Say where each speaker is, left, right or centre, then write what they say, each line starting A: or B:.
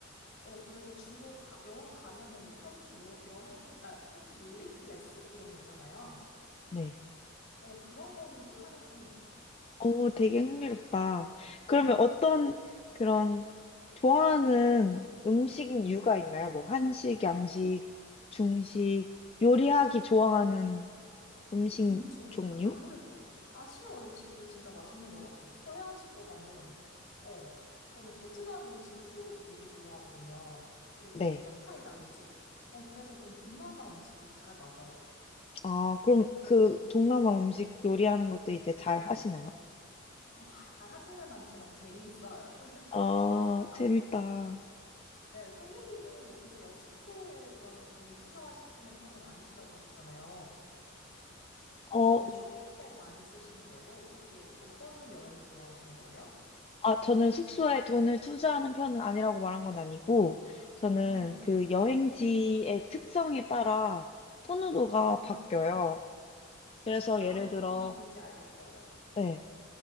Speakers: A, on the left; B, on the left.
A: 어, 그래서 주로 가- 여행 가면은 뭐 현지 요, 여행, 아, 현지 요리 클래스? 이런 거 있잖아요.
B: 네.
A: 어, 그런 거는 또 하는 편이에요.
B: 오, 되게 흥미롭다. 그러면 어떤 그런 좋아하는 음식 류가 있나요? 뭐 한식, 양식, 중식, 요리하기 좋아하는 음식
A: 음, 저는
B: 종류?
A: 아무래도 아시아 음식이 진짜 맛있는 것 같아요. 서양식보다는, 어, 저는 베트남 음식 포도 되게 좋아하거든요. 그리고
B: 네.
A: 뭐 팟타이라든지? 어, 그래서 전 동남아 음식이 잘 맞아요.
B: 아, 그럼 그 동남아 음식 요리하는 것도 이제 잘 하시나요?
A: 어, 잘 하지는 않지만 재미있어요. <laughs>
B: 아,
A: 아,
B: 재밌다.
A: 네, 선생님은 어떠세요? 숙소에 그러면 돈을 투자하시는 편은 아니시라고 하셨잖아요.
B: 어,
A: 그러면 쇼핑에 많이 쓰시는 거예요? 어떻게, 어떤 여행을 좋아하시는 거예요?
B: 아, 저는 숙소에 돈을 투자하는 편은 아니라고 말한 건 아니고, 저는
A: 음,
B: 그 여행지의 특성에 따라 선호도가
A: 음.
B: 바뀌어요. 그래서
A: 아,
B: 예를
A: 무슨
B: 들어,
A: 말인지 알겠어요.
B: 네,